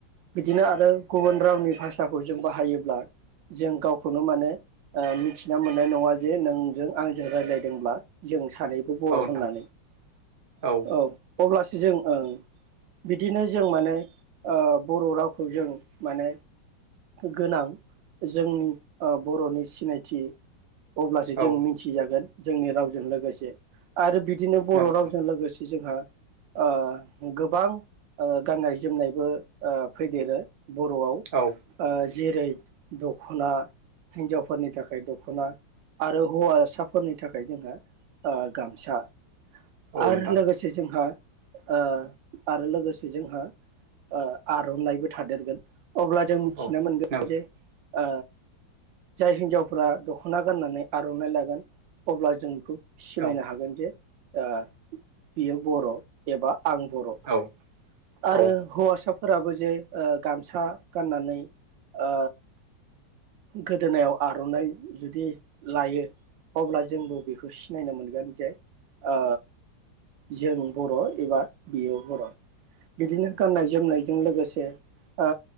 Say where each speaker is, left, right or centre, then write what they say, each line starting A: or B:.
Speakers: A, on the right; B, on the right.
A: बिदिनो आरो गुबुन रावनि भाषाखौ जों बाहायोब्ला जों गावखौनो माने ओ मिथिना मोना नाय नङा जे नोंजों आंजों रायज्लायदोंब्ला जों सानैबो बर'।
B: औ नोंथां
A: <unintelligible> औ
B: औ
A: अब्लासि जों ओ बिदिनो जों माने ओ बर' रावखौ जों माने गोनां जोंनि ओ बर'नि सिनायथि। अब्लासो जों
B: औ
A: मिथिजागोन। जोंनि राव जों लोगोसे। बिदिनो बर'
B: नंगौ नोंथां
A: रावजों लोगोसे। जोंहा ओ गोबां ओ गाननाय जोमनायबो ओ फैदेरो। बर'आव
B: औ
A: ओ जेरै दख'ना हिन्जावफोरनि थाखाय दख'ना आरो हौवासाफोरनि थाखाय जोंहा ओ गामसा।
B: औ
A: आरो
B: नोंथां
A: लोगोसे जोंहा ओ आरो लोगोसे जोंहा ओ आर'नाइबो थादेरगोन। अब्ला जों मिथिना
B: औ
A: मोनगोन
B: नंगौ नोंथां
A: जे। ओ जाय हिन्जावफोरा दख'ना गाननानै आर'नाइ लागोन अब्ला जों बेखौ सिनायनो
B: औ
A: हागोन जे बियो बर' एबा आं बर'
B: औ
A: आरो
B: औ
A: हौवासा फोराबो जे ओ गामसा गाननानै ओ गोदोनायाव आर'नाइ जुदि लायो अब्ला जोंबो बेखौ सिनायनो मोनगोन जे ओ जों बर' एबा बियो बर' बिदिनो गाननाय जोमनायजों लोगोसे ओ